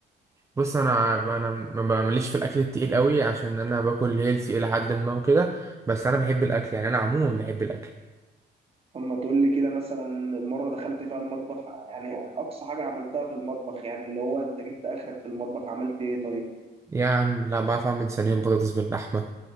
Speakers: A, on the right; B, on the right.
A: بص انا انا ما بعملش في الاكل التقيل قوي عشان انا باكل هيلثي الى حد ما وكده بس انا بحب الاكل يعني انا عموما بحب الاكل
B: اما تقول لي كده مثلا المره دخلت فيها المطبخ يعني اقصى حاجه عملتها في المطبخ يعني اللي هو انت جبت اخرك في المطبخ عملت ايه طيب
A: يا عم لا بعرف اعمل صينيه بطاطس باللحمه